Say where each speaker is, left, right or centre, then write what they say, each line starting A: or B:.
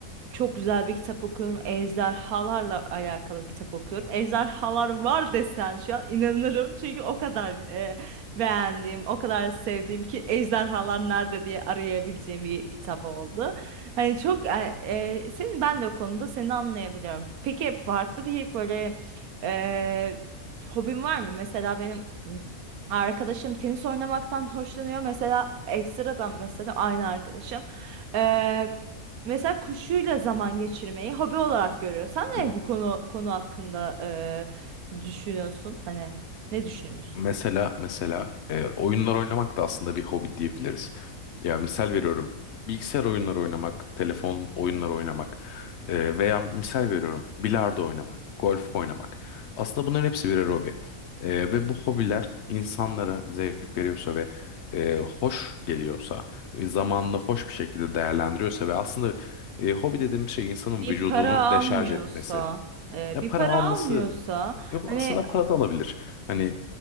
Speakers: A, on the right; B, on the left.
A: çok güzel bir kitap okuyorum. Ejderhalarla alakalı bir kitap okuyorum. Ejderhalar var desen şu an inanırım çünkü o kadar e, beğendiğim, o kadar sevdiğim ki ejderhalar nerede diye arayabileceğim bir kitap oldu. Hani çok e, e, seni ben de o konuda seni anlayabiliyorum. Peki farklı bir böyle ee, hobin var mı? Mesela benim m, arkadaşım tenis oynamaktan hoşlanıyor. Mesela ekstradan mesela aynı arkadaşım. Ee, mesela kuşuyla zaman geçirmeyi hobi olarak görüyor. Sen
B: Hı
A: ne
B: hı.
A: bu konu konu hakkında e, düşünüyorsun? Hani ne düşünüyorsun?
B: Mesela mesela e, oyunlar oynamak da aslında bir hobi diyebiliriz. Ya misal veriyorum bilgisayar oyunları oynamak, telefon oyunları oynamak e, veya misal veriyorum bilardo oynamak, golf oynamak. Aslında bunların hepsi birer hobi. E, ve bu hobiler insanlara zevk veriyorsa ve e, hoş geliyorsa, e, zamanını hoş bir şekilde değerlendiriyorsa ve aslında e, hobi dediğimiz şey insanın
A: Bir
B: vücudunu
A: para almıyorsa,
B: deşarj etmesi.
A: e,
B: Ya
A: bir
B: para
A: para
B: alması
A: almıyorsa hani
B: Yo, bu aslında para da alabilir. Hani